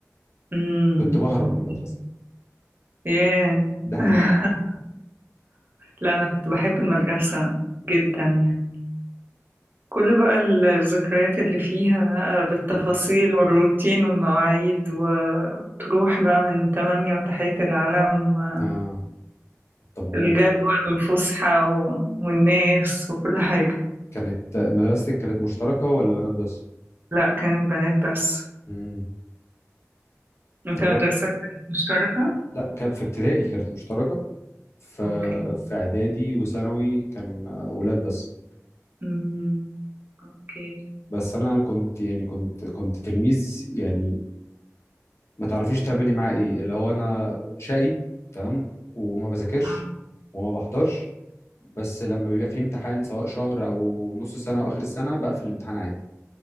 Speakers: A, on the right; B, on the left.
A: امم
B: كنت بهرب
A: اوكي
B: من المدرسه
A: ياه
B: ده حقيقي
A: <laughs> لا انا كنت بحب المدرسه جدا يعني كل بقى الذكريات اللي فيها بقى بالتفاصيل
B: مم.
A: والروتين والمواعيد و... وتروح بقى من تمانية وتحية العلم و...
B: اه الطابور
A: الجدول
B: وبتاع.
A: والفسحة و... والناس وكل حاجة
B: كانت مدرستك كانت مشتركه ولا بنات بس
A: لا كانت بنات بس
B: امم
A: انت
B: انا برضه
A: مدرستك كانت مشتركة
B: لا كان في ابتدائي كانت مشتركه ف...
A: اوكي
B: في اعدادي وثانوي كان آه، ولاد بس
A: امم اوكي
B: بس انا كنت يعني كنت كنت تلميذ يعني ما تعرفيش تعملي معاه ايه اللي هو انا شقي تمام وما بذاكرش
A: آه،
B: وما بحضرش بس لما بيبقى في امتحان سواء شهر او نص سنه او اخر السنه بقفل الامتحان عادي